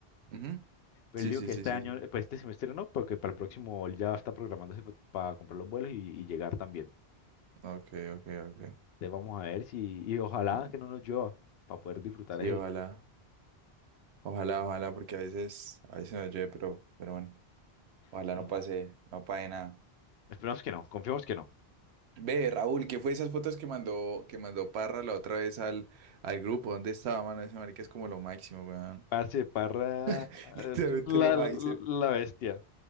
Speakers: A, on the right; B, on the left.
A: Ujú.
B: Pero
A: Sí,
B: él dijo
A: sí,
B: que
A: sí,
B: este
A: sí,
B: año,
A: sí.
B: eh, pues este semestre no, porque para el próximo él ya está programándose pa- para comprar los vuelos y, y llegar también.
A: Ok, ok, ok.
B: Entonces vamos a ver si, y ojalá
A: Mm.
B: que no nos llueva para poder disfrutar
A: Sí,
B: ese.
A: ojalá. Ojalá, ojalá, porque a veces, a veces nos llueve, pero, pero bueno, ojalá
B: Sí,
A: no
B: no.
A: pase, no pase nada.
B: Esperamos que no, confiamos que no.
A: Ve, Raúl, ¿qué fue esas fotos que mandó, que mandó Parra la otra vez al, al grupo? ¿Dónde estaba, mano? Ese marica es como lo máximo, weón.
B: Parce, Parra
A: <laughs> Literalmente
B: es la,
A: lo máximo.
B: la bestia,